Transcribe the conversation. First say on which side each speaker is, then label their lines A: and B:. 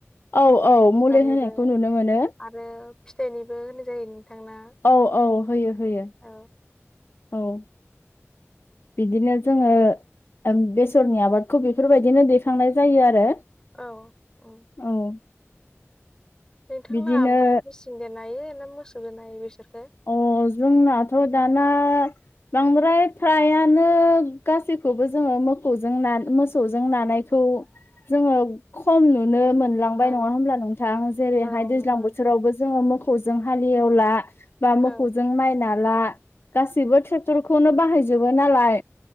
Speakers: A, on the left; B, on the left.
A: औ औ
B: बिबारनिबो
A: मुलि होनायखौ नुनो मोनो।
B: आरो फिथाइनिबो होनाय जायो नोंथांना?
A: औ औ होयो होयो
B: औ
A: औ बिदिनो जोङो बेसरनि आबादखौ बेफोरबायदिनो दैखांनाय जायो आरो।
B: औ औ
A: औ
B: नोंथांना
A: बिदिनो
B: ओमफ्राय मेसिनजों नायो ना मोसौजों नायो बेसरखौ
A: अ जोंनाथ' दाना बांद्राय फ्रायानो गासैखौबो जोङो मोखौजों मोसौजों नानाय खौ जोङो खम नुनो मोनलांबाय
B: औ
A: नङा होमब्ला नोंथां? जेरै
B: औ नंगौ नोंथां।
A: रावबो जोङो मोसौजों हालएवला बा मोसौजों
B: औ
A: माइ नाला गासैबो ट्रेक्टरखौनो बाहायजोबो नालाय